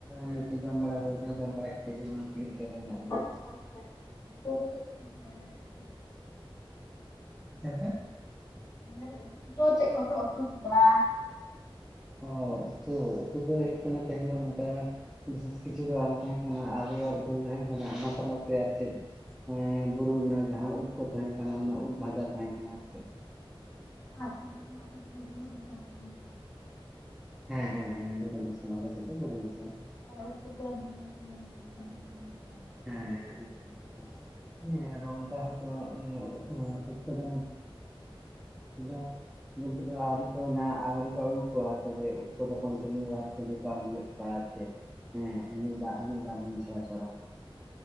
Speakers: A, in the centre; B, on the left.
A: ᱱᱚᱛᱮ ᱡᱚᱢ ᱵᱟᱲᱟ ᱦᱩᱭ ᱠᱟᱱᱟ ᱡᱚᱢ ᱵᱟᱲᱟ ᱠᱟᱛᱮᱜ ᱜᱮ ᱠᱩᱞᱦᱤ ᱥᱮᱡ ᱨᱮ ᱢᱮᱱᱟᱜ ᱞᱤᱧᱟᱹ ᱾
B: <unintelligible>
A: <inaudible>
B: ᱢᱮᱱᱫᱟᱞᱤᱝ ᱩᱛᱩ ᱫᱚ ᱪᱮᱫ ᱠᱚᱯᱮ ᱩᱛᱩ ᱠᱮᱫᱟ?
A: ᱚ ᱩᱛᱩ ᱩᱛᱩ ᱫᱚ ᱦᱩᱭᱩᱜ ᱠᱟᱱᱟ ᱛᱮᱦᱮᱧ ᱫᱚ ᱚᱱᱠᱟ ᱵᱤᱥᱮᱥ ᱠᱤᱪᱷᱩ ᱫᱚ ᱵᱟᱝ ᱛᱟᱦᱮᱸ ᱠᱟᱱᱟ ᱟᱹᱞᱩ ᱟᱨ ᱫᱟᱹᱞ ᱛᱟᱦᱮᱸ ᱠᱟᱱᱟ ᱚᱱᱟ ᱥᱟᱞᱟᱜ ᱛᱮ ᱟᱨ ᱪᱮᱫ ᱮᱸᱻ ᱵᱩᱨᱩ ᱨᱮᱱᱟᱜ ᱡᱟᱦᱟᱸ ᱩᱫ ᱠᱚ ᱛᱟᱦᱮᱸ ᱠᱟᱱᱟ ᱚᱱᱟ ᱩᱫ ᱵᱷᱟᱡᱟ ᱛᱟᱦᱮᱸ ᱠᱟᱱᱟ ᱟᱨ ᱪᱮᱫ ᱾
B: <unintelligible>
A: ᱦᱮᱸ ᱦᱮᱸ ᱦᱮᱸ ᱵᱩᱨᱩ ᱫᱤᱥᱚᱢ ᱟᱞᱮ ᱥᱮᱡ ᱫᱚ ᱵᱩᱨᱩ ᱫᱤᱥᱚᱢ ᱾
B: <unintelligible>
A: ᱦᱮᱸ ᱾ ᱦᱮᱸ ᱟᱫᱚ ᱚᱱᱠᱟ ᱦᱚᱭᱛᱚ ᱩᱫ ᱮᱸᱻᱯᱩᱴᱠᱟᱹ <unintelligible> ᱵᱚᱞᱛᱮ ᱫᱚ ᱟᱹᱣᱨᱤ ᱧᱟ ᱟᱹᱣᱨᱤ ᱠᱚ ᱟᱹᱜᱩ ᱠᱚᱣᱟ ᱛᱚᱵᱮ ᱩᱫ ᱠᱚᱫᱚ ᱠᱚᱱᱴᱤᱱᱤᱭᱩ ᱵᱟᱥ ᱛᱮᱜᱮ ᱠᱚ ᱟᱹᱜᱩᱭᱮᱫ ᱟᱨ ᱪᱮᱫ ᱦᱮᱸ ᱢᱤᱜ ᱵᱟᱨ ᱢᱤᱫ ᱵᱟᱨ ᱫᱤᱱ ᱪᱷᱟᱲᱟ ᱪᱷᱟᱲᱟ ᱾